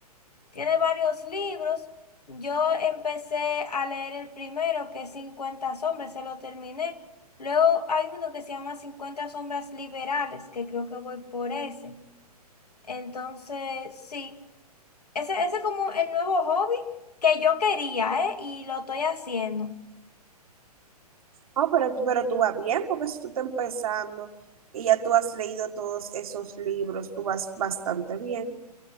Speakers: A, on the left; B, on the right.
A: Tiene varios libros. Yo empecé a leer el primero, que es 50 sombras, se lo terminé. Luego hay uno que se llama cincuenta sombras liberales, que creo que voy por ese. Entonces, sí, ese, ese es como el nuevo hobby que yo quería, ¿eh? Y lo estoy haciendo.
B: Oh, pero, tú- pero tú vas bien, porque si tú estás empezando y ya tú has leído todos esos libros, tú vas bastante bien.